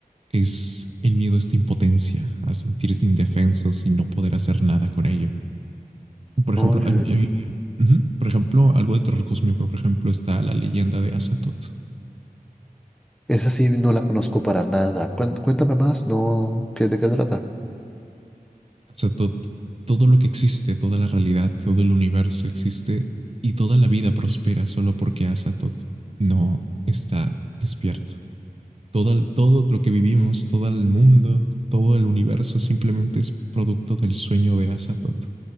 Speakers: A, on the right; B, in the centre.
A: es el miedo a esta impotencia, a sentirse indefensos y no poder hacer nada con ello. Por
B: Oye,
A: ejemplo, a mí- a mí- ujú, Por ejemplo, algo de terror cósmico, por ejemplo, está la leyenda de Azathoth.
B: esa sí no la conozco para nada. Cuen- Cuéntame más, ¿no? ¿Qué, de qué trata?
A: Azathoth, todo lo que existe, toda la realidad, todo el universo existe y toda la vida prospera solo porque Azathoth no está despierto. Todo, el- todo lo que vivimos, todo el mundo, todo el universo simplemente es producto del sueño de Azathoth.